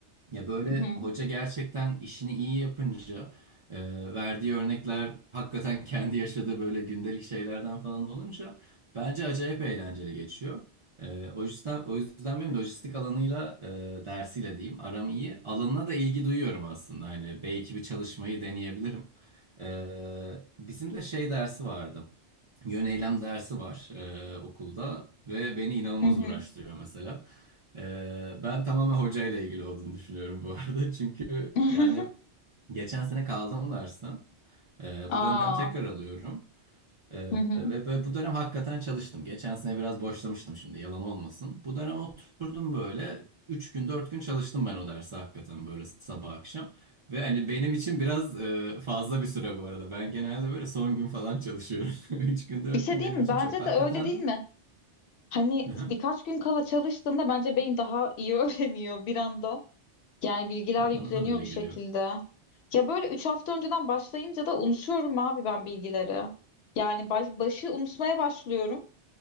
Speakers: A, on the right; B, on the left.
A: Ya böyle
B: Hı hı.
A: hoca gerçekten işini iyi yapınca e, verdiği örnekler hakikaten kendi yaşadığı böyle gündelik şeylerden falan olunca bence acayip eğlenceli geçiyor. E, o yüzden o yüzden benim lojistik alanıyla e, dersiyle diyeyim aram iyi. Alanına da ilgi duyuyorum aslında. Hani belki bir çalışmayı deneyebilirim. E, bizim de şey dersi vardı. Yöneylem dersi var e, okulda ve beni inanılmaz
B: hı hı.
A: uğraştırıyor mesela. Ee, ben tamamen hocayla ilgili olduğunu düşünüyorum bu arada. <laughs> Çünkü
B: <laughs>
A: yani geçen sene kaldım dersten. Ee,
B: Aa.
A: bu dönem tekrar alıyorum. Ee,
B: Hı hı.
A: ve böyle bu dönem hakikaten çalıştım. Geçen sene biraz boşlamıştım şimdi yalan olmasın. Bu dönem oturdum böyle 3 gün 4 gün çalıştım ben o dersi hakikaten böyle sabah akşam. Ve hani benim için biraz e, fazla bir süre bu arada. Ben genelde böyle son gün falan çalışıyorum. <laughs> üç gün 4
B: Bir şey
A: gün
B: diyeyim
A: benim için
B: mi? Bence
A: çok. Hakikaten
B: de öyle değil
A: de.
B: mi? Hani
A: Hı hı.
B: birkaç gün kala çalıştığında bence beyin daha iyi <laughs> öğreniyor bir anda. Yani bilgiler
A: Ya
B: yükleniyor
A: bana da öyle
B: bir
A: geliyor.
B: şekilde. Ya böyle 3 hafta önceden başlayınca da unutuyorum abi ben bilgileri. Yani baş- başı unutmaya başlıyorum.